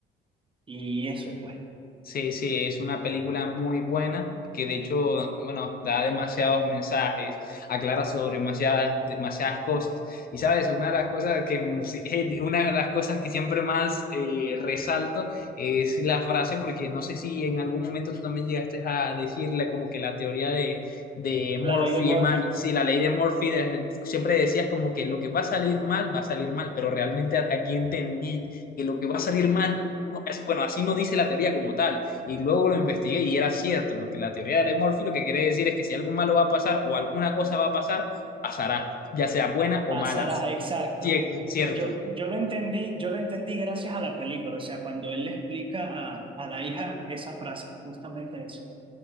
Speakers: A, on the right; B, on the left.
A: y eso, pues.
B: Sí, sí, es una película muy buena que de hecho, bueno, da demasiados mensajes, aclara sobre demasiadas, demasiadas cosas. Y sabes, una de las cosas que, mm, sí, <laughs> eh, una de las cosas que siempre más eh, resalto es la frase, porque no sé si en algún momento tú también llegaste a decirle como que la teoría de, de Murphy
A: La ley de Murphy.
B: mal, sí, la ley de Murphy, de- siempre decías como que lo que va a salir mal, va a salir mal, pero realmente a- aquí entendí que lo que va a salir mal no, es- bueno, así no dice la teoría como tal. Y luego lo investigué y era cierto. Lo que la teoría de Murphy lo que quiere decir es que si algo malo va a pasar o alguna cosa va a pasar, pasará, ya sea buena
A: Pasará,
B: o mala.
A: exacto.
B: Sí, es cierto.
A: Yo, yo lo entendí, yo lo entendí gracias a la película, o sea, cuando él le explica a, a la hija esa frase, justamente eso.